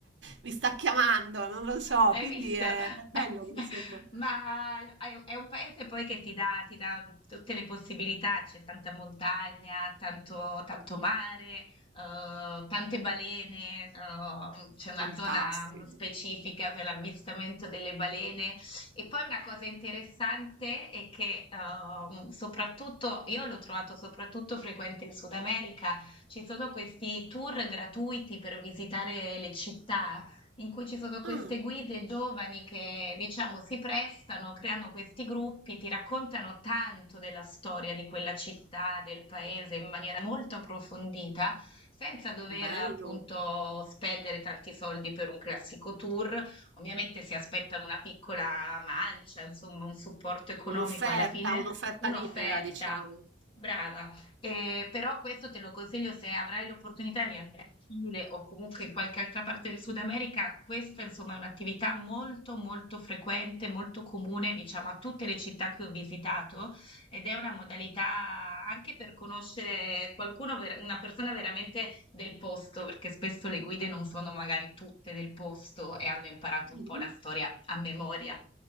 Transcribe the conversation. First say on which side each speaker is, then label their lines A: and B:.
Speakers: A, on the right; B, on the left.
A: mi sta chiamando, non lo so,
B: Hai
A: quindi
B: visto?
A: è,
B: <laughs>
A: è bello che insomma.
B: Ma è è un paese poi che ti dà, ti dà tutte le possibilità, c'è tanta montagna, tanto, tanto mare, eh, tante balene, eh, c'è una
A: Fantastico.
B: zona specifica per l'avvistamento delle balene. E poi una cosa interessante è che ehm, soprattutto, io l'ho trovato soprattutto frequente in Sud America, ci sono questi tour gratuiti per visitare le città in cui ci sono queste
A: Ah,
B: guide giovani che, diciamo, si prestano, creano questi gruppi, ti raccontano tanto della storia di quella città, del paese in maniera molto approfondita, senza dover
A: bello.
B: appunto spendere tanti soldi per un classico tour. Ovviamente si aspettano una piccola mancia, insomma, un supporto economico
A: Un'offerta,
B: alla fine,
A: un'offerta
B: un'offerta.
A: libera, diciamo.
B: Brava, Eh, però questo te lo consiglio se avrai l'opportunità di Cile o comunque in qualche altra parte del Sud America, questa insomma è un'attività molto molto frequente, molto comune, diciamo, a tutte le città che ho visitato ed è una modalità anche per conoscere qualcuno, ver- una persona veramente del posto, perché spesso le guide non sono magari tutte del posto e hanno imparato
A: Mhm.
B: un po' la storia a memoria.